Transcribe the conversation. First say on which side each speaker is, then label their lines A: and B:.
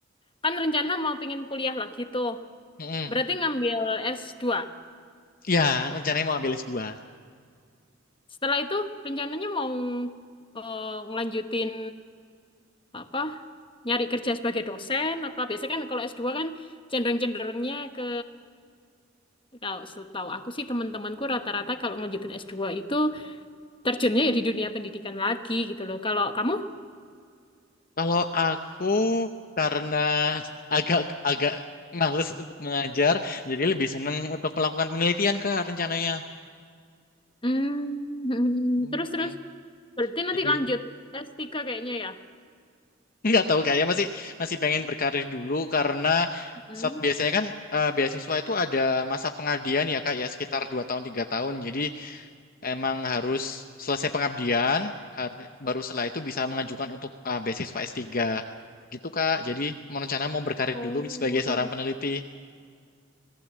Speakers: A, on the left; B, on the left.
A: kan rencana mau pengen kuliah lagi tuh.
B: Mm-mm.
A: Berarti ngambil s dua
B: Iya, rencananya mau ambil s dua
A: Setelah itu rencananya mau eh, ngelanjutin apa? Nyari kerja sebagai dosen apa? Biasanya kan kalau s dua kan cenderung-cenderungnya ke kalau setahu aku sih teman-temanku rata-rata kalau ngelanjutin s dua itu terjunnya ya di dunia pendidikan lagi gitu loh. Kalau kamu?
B: Kalau aku karena agak agak males untuk mengajar, jadi lebih seneng untuk melakukan penelitian Kak rencananya.
A: Hmm, <laughs>
B: mm
A: terus terus berarti nanti
B: Jadi
A: lanjut
B: ini
A: s tiga kayaknya ya.
B: <laughs> nggak tahu kayaknya masih masih pengen berkarir dulu karena
A: Hmm.
B: saat biasanya kan eh, beasiswa itu ada masa pengabdian ya Kak ya sekitar 2 tahun tiga tahun. Jadi emang harus selesai pengabdian harus baru setelah itu bisa mengajukan untuk eh, beasiswa S3 gitu Kak. Jadi mau rencana mau berkarir
A: Oh,
B: dulu sebagai
A: iya.
B: seorang peneliti.